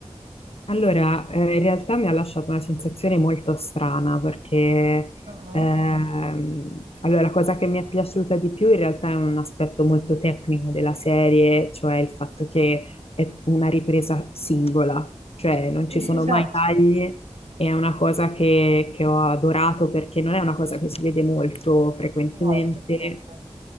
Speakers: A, on the left (about 60°); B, on the right (about 80°).
A: Allora, eh, in realtà mi ha lasciato una sensazione molto strana perché
B: Ah,
A: ehm, allora, la cosa che mi è piaciuta di più in realtà è un aspetto molto tecnico della serie, cioè il fatto che è una ripresa singola, cioè non ci
B: Sì,
A: sono
B: <laughs> esatto.
A: mai tagli e è una cosa che, che ho adorato perché non è una cosa che si vede molto frequentemente
B: No, per niente.